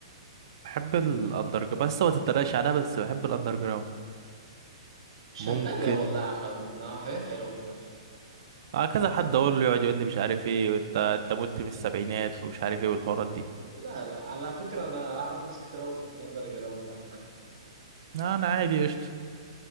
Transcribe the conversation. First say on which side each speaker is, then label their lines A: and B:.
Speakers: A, on the right; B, on the right.
A: بحب الاندر جراوند بس ما تتريقش عليها بس بحب الاندر جراوند
B: مش
A: ممكن
B: هتريق والله عامه حاجات حلوه مش وحشه
A: اه كذا حد اقول له يقعد يقول لي مش عارف ايه وانت انت مت من السبعينات ومش عارف ايه والحوارات دي
B: لا لا على فكره انا اعرف ناس كتير قوي بتحب الاندر جراوند ده
A: لا انا عادي قشطة